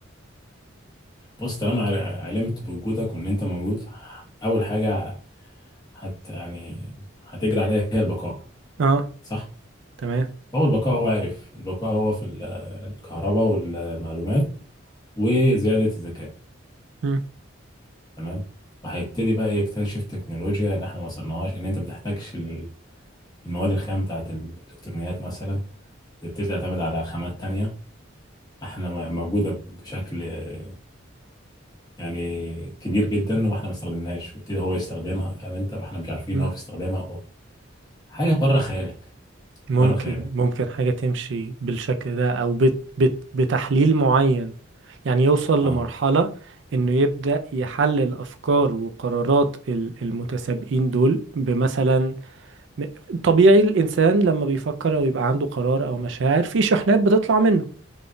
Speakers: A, on the left; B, on the right.
A: بص طالما عل- علمت بوجودك وان انت موجود اول حاجه هت يعني هتجري عليها هي البقاء
B: اه
A: صح
B: تمام
A: هو البقاء هو عارف البقاء هو في ال- الكهرباء والمعلومات وزيادة الذكاء
B: مم.
A: تمام وهيبتدي بقى يكتشف تكنولوجيا ان احنا ما وصلناهاش ان انت ما بتحتاجش ال- المواد الخام بتاعت الالكترونيات مثلا بتبتدي تعتمد على خامات تانية احنا م- موجودة بشكل آه، يعني كبير جدا واحنا ما استخدمناش وابتدي هو يستخدمها فاهم انت واحنا مش عارفين
B: مم.
A: ان هو بيستخدمها هو حاجة بره خيالك
B: ممكن
A: بره خيالك
B: ممكن حاجة تمشي بالشكل ده او بت بت بتحليل معين يعني يوصل
A: اه
B: لمرحلة انه يبدأ يحلل افكار وقرارات ال- المتسابقين دول بمثلا م- طبيعي الإنسان لما بيفكر أو يبقى عنده قرار أو مشاعر في شحنات بتطلع منه